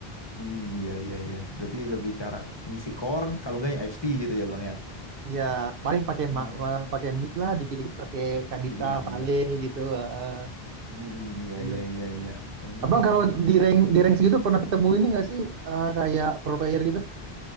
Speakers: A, on the left; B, on the right.
A: Hmm, iya iya iya. Berarti lebih ke arah ngisi core, kalau enggak ya XP gitu ya Bang ya.
B: Iya, paling pakai
A: Hmm,
B: ma- ma- pakai mid lah, dikit-dikit pakai Kadita,
A: dikit-dikit.
B: Vale gitu. eh,
A: Hmm, iya
B: gitu.
A: iya iya iya. Hmm.
B: Abang kalau di rank di rank segitu pernah ketemu ini nggak sih eh, kayak pro player gitu?